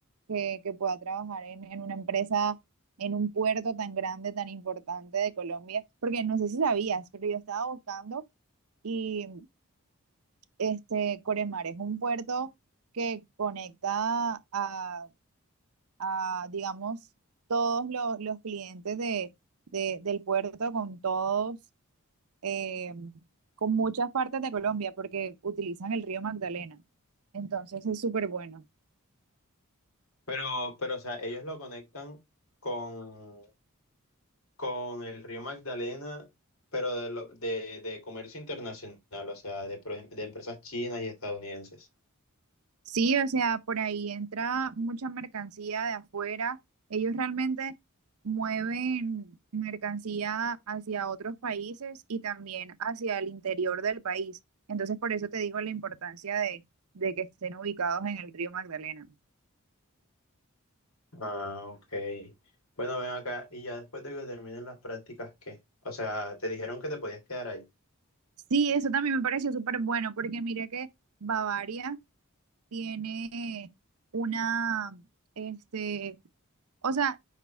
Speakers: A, on the right; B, on the left.
A: que, que pueda trabajar en, en una empresa, en un puerto tan grande, tan importante de Colombia, porque no sé si sabías, pero yo estaba buscando y este Coremar es un puerto que conecta a, a, digamos, todos los, los clientes de, de- del puerto con todos, eh, con muchas partes de Colombia, porque utilizan el río Magdalena. Entonces es súper bueno.
B: Pero, pero, o sea, ellos lo conectan con con el río Magdalena, pero de, lo- de, de comercio internacional, o sea, de, pro- de empresas chinas y estadounidenses.
A: Sí, o sea, por ahí entra mucha mercancía de afuera. Ellos realmente mueven mercancía hacia otros países y también hacia el interior del país. Entonces, por eso te digo la importancia de, de que estén ubicados en el río Magdalena.
B: Ah, ok. Bueno, ven acá y ya después de que terminen las prácticas, ¿qué? O sea, te dijeron que te podías quedar allá.
A: Sí, eso también me pareció súper bueno porque mira que Bavaria tiene una, este, O sea,